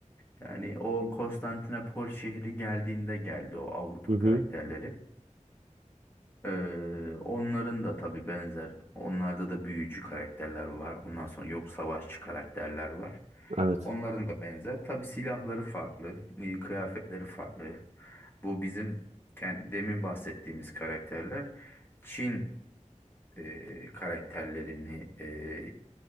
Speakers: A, on the left (about 20°); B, on the right (about 55°).
A: Yani o Konstantinopol şehri geldiğinde geldi o Avrupa
B: Hı hı.
A: karakterleri. Ee, onların da tabii benzer. Onlarda da büyücü karakterler var. Ondan sonra yok savaşçı karakterler var.
B: Evet.
A: Onların da benzer. Tabii silahları farklı, e, kıyafetleri farklı. Bu bizim kend- demin bahsettiğimiz karakterler Çin e, karakterlerini e,